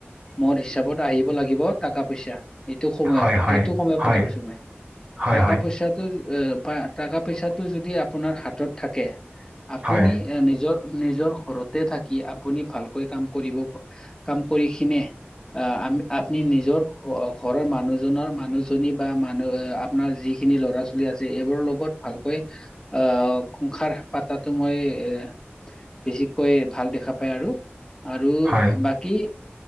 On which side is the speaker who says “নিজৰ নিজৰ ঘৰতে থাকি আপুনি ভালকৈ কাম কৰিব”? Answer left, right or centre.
Left